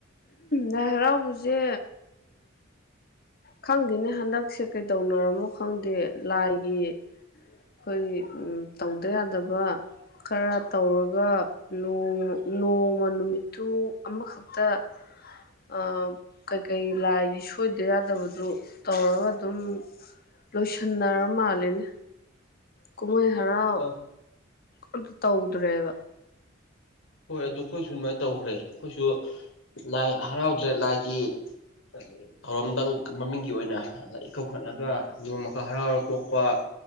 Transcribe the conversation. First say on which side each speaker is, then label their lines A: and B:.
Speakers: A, on the left; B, on the left.
A: ꯂꯥꯏ ꯍꯔꯥꯎꯕꯁꯦ ꯈꯪꯗꯦꯅꯦ ꯍꯟꯗꯛꯁꯦ ꯀꯩꯗꯧꯅꯔꯝꯃꯣ ꯈꯪꯗꯦ ꯂꯥꯏꯒꯤ ꯑꯩꯈꯣꯏꯒꯤ ꯎꯝ ꯇꯧꯗ ꯌꯥꯗꯕ ꯈꯔ ꯇꯧꯔꯒ ꯅꯣꯡꯃ ꯅꯣꯡꯃ ꯅꯨꯃꯤꯠꯇꯨ ꯑꯃꯈꯛ ꯇ ꯑ ꯀꯩꯀꯩ ꯂꯥꯏꯒꯤ ꯁꯣꯏꯗ ꯌꯥꯗꯕ ꯗꯨ ꯇꯧꯔꯒ ꯑꯗꯨꯝ ꯂꯣꯏꯁꯟꯅꯔ ꯃꯥꯜꯂꯤꯅꯦ ꯀꯨꯝꯍꯩ ꯍꯔꯥꯎ
B: ꯑꯥ
A: ꯑꯝꯇ ꯇꯧꯗ꯭ꯔꯦꯕ
B: ꯍꯣꯏ ꯑꯗꯨ ꯑꯩꯈꯣꯏꯁꯨ ꯑꯗꯨꯃꯥꯏꯅ ꯇꯧꯈ꯭ꯔꯦ ꯑꯩꯈꯣꯏꯁꯨ ꯂꯥꯏ ꯍꯔꯥꯎꯗ꯭ꯔꯦ ꯂꯥꯏꯒꯤ ꯑ ꯊꯧꯔꯝꯗꯪ ꯃꯃꯤꯡꯒꯤ ꯑꯣꯏꯅ ꯑꯥꯗ ꯏꯀꯧꯈꯠꯂꯒ ꯅꯣꯡꯃꯈꯛ ꯍꯔꯥꯎꯔ ꯇꯣꯛꯄ